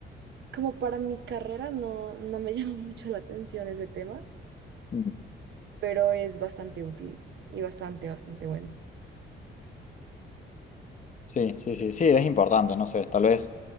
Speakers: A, on the right (about 65°); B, on the left (about 40°).
A: Como para mi carrera no, no me <laughs> llama mucho la atención ese tema,
B: Mm.
A: pero es bastante útil y bastante, bastante bueno.
B: sí, sí, sí, sí, es importante, no sé, tal vez,